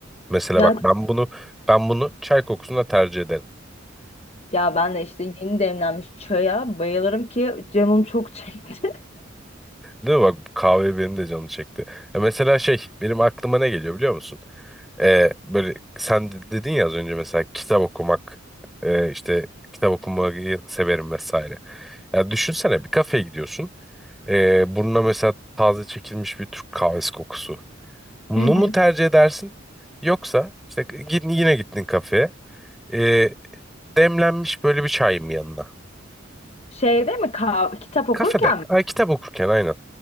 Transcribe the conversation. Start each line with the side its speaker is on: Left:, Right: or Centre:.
Centre: Mesela
Left: Ya
Centre: bak ben bunu ben bunu çay kokusuna tercih ederim.
Left: Ya ben de işte yeni demlenmiş çaya bayılırım ki canım çok çekti.
Centre: Değil mi? Bak kahve benim de canım çekti. Ya mesela şey benim aklıma ne geliyor biliyor musun? Ee, böyle sen de- dedin ya az önce mesela kitap okumak e, işte kitap okumayı severim vesaire. Ya düşünsene bir kafeye gidiyorsun. Ee, burnuna mesela taze çekilmiş bir Türk kahvesi kokusu. Bunu
Left: <laughs> Hı hı.
Centre: mu tercih edersin? Yoksa işte git, yine gittin kafeye. Ee, demlenmiş böyle bir çay mı yanına.
Left: Şeyde mi kah- kitap okurken
Centre: Kafede.
Left: mi?
Centre: Ha, kitap okurken aynen.